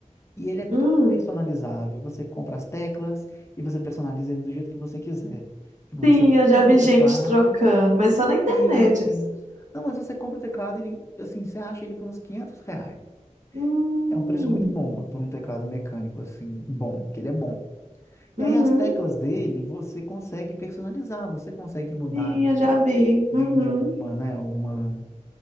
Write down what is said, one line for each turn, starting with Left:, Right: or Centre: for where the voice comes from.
Left: E ele é
Right: Hum.
Left: todo personalizável. Você compra as teclas e você personaliza ele do jeito que você quiser. Tipo, você
Right: Sim, eu já
Left: compra
Right: vi
Left: o teclado,
Right: gente trocando, mas só na internet.
Left: Isso.
Right: assim.
Left: Não, mas você compra o teclado, ele, assim, você acha ele por uns 500 reais.
Right: Hum.
Left: É um preço muito bom para para um teclado mecânico, assim, bom, que ele é bom.
Right: Uhum.
Left: E aí as teclas dele você consegue personalizar, você consegue mudar
Right: Sim, eu já vi.
Left: de,
Right: Uhum.
Left: de alguma, né, alguma,